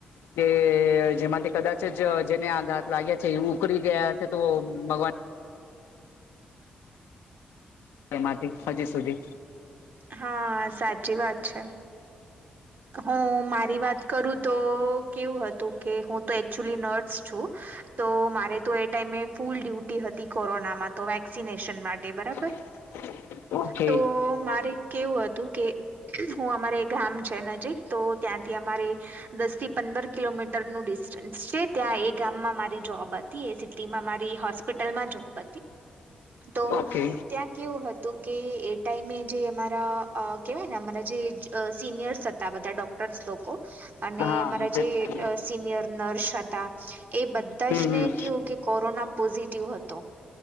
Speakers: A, on the left; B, on the right.
A: કે જેમાંથી કદાચ જ જેને આ ઘાત લાગ્યા છે, એ ઉકળી ગયા હશે તો, ભગવાન એમાંથી હજી સુધી.
B: હા સાચી વાત છે, હું મારી વાત કરું તો કેવું હતું કે, હું તો એકક્ચુલી નર્સ છું. તો મારેતો એ ટાઈમે ફૂલ ડ્યુટી હતી કોરોનામાં, તો વેક્સિનેશન માટે બરાબર.
A: <inaudible> ઓકે
B: તો મારી કેવું હતું ક, હું અમારે ગામ છે નજીક, તો ત્યાંથી અમારે દસ થી પંદર કિલોમીટ તર નું ડિસ્ટન્સ છે, ત્યાં એ ગામમાં મારી જોબ હતી, એ સિટીમાં મારી હોસ્પિટલમાં જોબ હતી. તો
A: કે
B: ત્યાં કેવું હતું કે, એ ટાઈમે જે અમા રાઆ કેવાય ને અમારા જે અ સિનિયર્સ હતા બધા ડોક્ટર્સ લોકો. અને
A: હા
B: અમારા
A: હમ
B: જે અ શીનિયર નર્સ હતા એ બધાજ
A: હમ
B: ને કેવુંકે કોરોના પોઝિટિવ હતો.